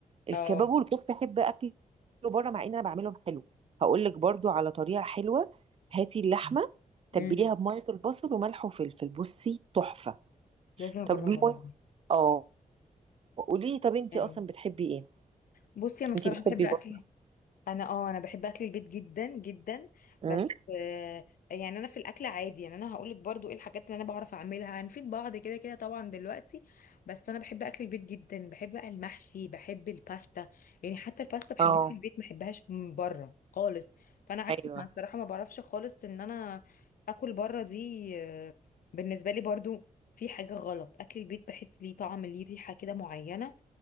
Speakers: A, on the right; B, on the left.
A: الكباب
B: اه
A: والكفته احب اكله بره مع ان انا بعملهم حلو هقول لك برضو على طريقه حلوه هاتي اللحمه تبليها
B: مم.
A: بميه البصل وملح وفلفل بصي تحفه
B: لازم اجربها
A: طب مي-
B: دي
A: اه قولي لي طب انتي
B: حلو
A: اصلا بتحبي ايه
B: بصي انا الصراحه
A: انتي بتحبي
B: بحب اكل
A: برضه
B: انا اه انا بحب اكل البيت جدا جدا
A: امم
B: بس آه يعني انا في الاكل عادي يعني انا هقولك برضو ايه الحاجات اللي انا بعرف اعملها هنفيد بعض كده كده طبعا دلوقتي بس انا بحب اكل البيت جدا بحب بقى المحشي بحب الباستا يعني حتى الباستا بحبها
A: اه
B: في البيت ما بحبهاش من بره خالص فانا عكسك
A: ايوه
B: انا الصراحه ما بعرفش خالص ان انا اكل بره دي آه بالنسبه لي برضو في حاجه غلط اكل البيت بحس ليه طعم ليه ريحه كده معينه